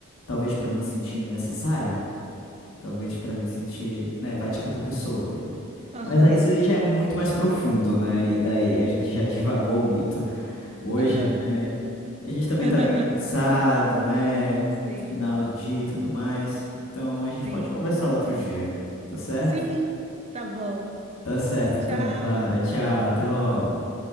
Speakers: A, on the left; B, on the right.
A: talvez pra me sentir necessário, talvez pra me sentir, né? Vai de cada pessoa daí, né?
B: aham,
A: Mas aí isso aí já é muito mais profundo, né? E daí a gente já <laughs> divagou muito hoje,
B: aham.
A: né? E a gente também
B: <laughs>
A: tá bem cansado, né?
B: Sim,
A: Final de dia e tudo mais. Então a gente
B: sim,
A: pode conversar outro dia, tá certo?
B: sim, tá bom.
A: Tá certo, então,
B: Tchau,
A: Clara. Tchau, até logo.